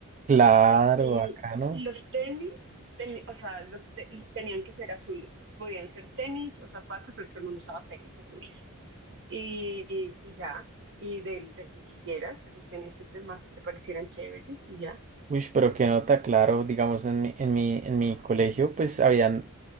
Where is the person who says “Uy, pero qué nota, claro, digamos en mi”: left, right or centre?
Right